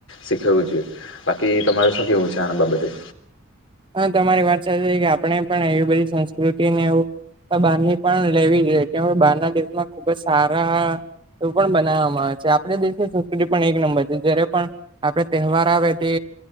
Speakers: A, on the left; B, on the right.
A: શીખવું જોએ. બાકી તમારે શું કેવું છે આના બાબતે?
B: હા, તમારી વાત સાચ છે કે આપડે પણ એવી બધી સંસ્કૃતિ ને એવું બહાર ની પણ લેવી જઈએ કે બારના દિવસમાં ખુબ જ સારા એવું પણ બનાવવામાં આવે છે આપડે દેશની સંસ્કૃતિ પણ એક નંબર છે જ્યારે પણ આપડે તહેવાર આવે તે